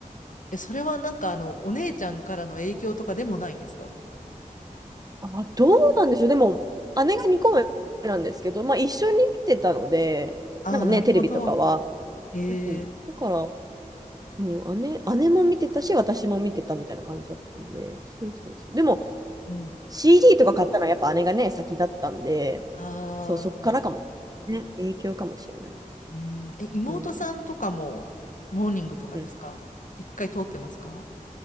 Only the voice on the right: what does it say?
あ、どうなんでしょう。でも、姉が2個目なんですけど、まあ、一緒に見てたので、
なんかね、
テレビとかは。
うん。だから、うん、姉、姉も見てたし、私も見てたみたいな感じだったんで、そうそうそう。でも、
CD とか買ったのはやっぱ姉がね、先だったんで、
そう、そっからかも。ね、影響かもしれない。
うん。
うん